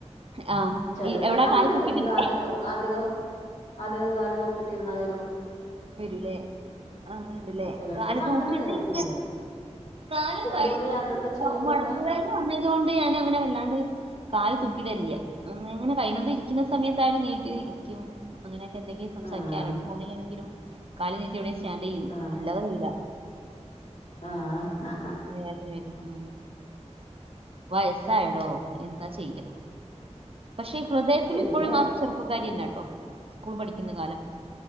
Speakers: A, on the right; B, on the left.
A: ആ
B: ചെലർക്കൊക്കെ
A: ഈ- എവിടാ
B: അങ്ങനെ
A: കാല് തൂക്കിട്ടിരിക്കേ
B: വരും കാല് അധികം അധികം കാല് തൂക്കിട്ടിരുന്നാ വരും
A: വരൂലേ അങ്ങനെയുണ്ടല്ലേ
B: ചിലർക്കൊക്കെ
A: കാല് തൂക്കിയിട്ടിരിക്കാം
B: അങ്ങനെ വരും നീര്
A: കാല് <unintelligible>
B: ദൂര യാത്രൊക്കെ ചെയ്യുമ്പോക്കെ
A: മുടമ്പ് വേദന വന്നത് കൊണ്ട് ഞാൻ അങ്ങനെ വല്ലാണ്ട് കാല് തൂക്കിയിടലില്ല അങ്ങനെ കൈയുന്നതും ഇരിക്കുന്ന സമയത്ത് ആയാലും നീട്ടി ഇരിക്കും അങ്ങനെ എന്തെങ്കിലും സംസാരിക്കാൻ
B: ആഹ്
A: ആരോടും ഫോണ് ചെയ്യണെങ്കിലും കാല് നീട്ടി എവിടെയേലും സ്റ്റാഡ് ചെയ്യും
B: ആഹ്
A: അല്ലാതെ ചെയില്ല
B: ആഹ്
A: വേദന വരുംആ വയസായിടോ എന്താ ചെയ്യാ പക്ഷെ ഈ ഹൃദയത്തില്
B: പിന്നെ
A: ഇപ്പോഴും ആ ചെറുപ്പക്കാരി തന്നെയാ കേട്ടോ സ്കൂളിൽ പഠി ക്കുന്ന കാലം